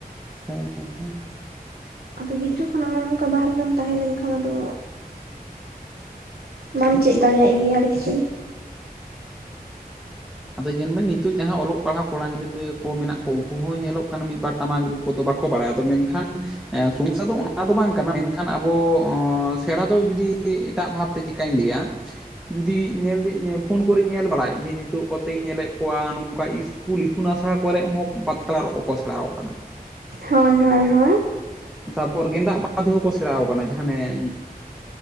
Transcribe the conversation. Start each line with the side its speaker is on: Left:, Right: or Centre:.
Centre: ᱦᱮᱸ ᱮᱸ ᱦᱮᱸ᱾
Right: ᱟᱫᱚ ᱜᱤᱫᱽᱨᱟᱹ ᱠᱷᱚᱱᱟᱜ ᱱᱚᱜᱼᱚ ᱱᱚᱝᱠᱟ ᱵᱟᱦᱨᱮ ᱨᱮᱢ ᱛᱟᱦᱮᱸ ᱞᱮᱱ ᱠᱷᱟᱱ ᱟᱫᱚ ᱵᱟᱢ
Centre: ᱦᱮᱸ
Right: ᱪᱮᱫ
Centre: ᱟᱫᱚ
Right: ᱫᱟᱲᱮᱭᱟᱜ ᱜᱮᱭᱟ ᱟᱹᱰᱤ ᱠᱤᱪᱷᱩ ᱜᱮ᱾
Centre: ᱟᱫᱚ ᱡᱮᱞᱢᱮ ᱱᱤᱛᱚᱜ ᱡᱟᱦᱟᱸ ᱚᱞᱚᱜ ᱯᱟᱲᱦᱟᱜ ᱠᱚᱲᱟ ᱜᱤᱫᱽᱨᱟᱹ ᱠᱚ ᱢᱮᱱᱟᱜ ᱠᱚ ᱩᱱᱠᱩ ᱦᱚᱸ ᱧᱮᱞᱚᱜ ᱠᱟᱱᱟ ᱢᱤᱫᱵᱟᱨ ᱴᱟᱢᱟᱠ ᱨᱩ ᱠᱚᱫᱚ ᱵᱟᱠᱚ ᱵᱟᱲᱟᱭᱟ ᱟᱫᱚ ᱢᱮᱱᱠᱷᱟᱱ ᱮᱸ ᱥᱚᱢᱚᱥᱥᱟ ᱫᱚ ᱚᱱᱟ ᱫᱚ ᱵᱟᱝ ᱠᱟᱱᱟ ᱢᱮᱱᱠᱷᱟᱱ ᱟᱵᱚ ᱥᱮᱬᱟ ᱫᱚ ᱡᱩᱫᱤ ᱮᱴᱟᱜ ᱵᱷᱟᱵᱛᱮ ᱪᱤᱠ ᱠᱟᱹᱧ ᱞᱟᱹᱭᱟ ᱡᱩᱫᱤ ᱧᱮᱞ ᱫᱟᱹᱧ ᱯᱷᱳᱱ ᱠᱚᱨᱮᱧ ᱧᱮᱞ ᱵᱟᱲᱟᱭ ᱫᱷᱤ ᱱᱤᱛᱚᱜ ᱠᱚᱛᱮᱧ ᱧᱮᱞᱮᱫ ᱠᱚᱣᱟ ᱱᱚᱝᱠᱟ ᱤᱥᱠᱩᱞ ᱤᱛᱩᱱ ᱟᱥᱲᱟ ᱠᱚᱨᱮ ᱦᱚᱸ ᱯᱟᱛᱲᱟ ᱠᱚᱠᱚ ᱥᱮᱬᱟ ᱟᱠᱚ ᱠᱟᱱᱟ᱾
Right: ᱦᱚᱭ ᱦᱚᱭ ᱦᱚᱭ᱾
Centre: ᱛᱟᱯᱚᱨ ᱜᱮᱸᱫᱟᱜ ᱢᱟᱫᱷᱮᱦᱚᱸ ᱠᱚ ᱥᱮᱬᱟ ᱠᱟᱱᱟ ᱡᱟᱦᱟᱸ ᱟᱱᱮ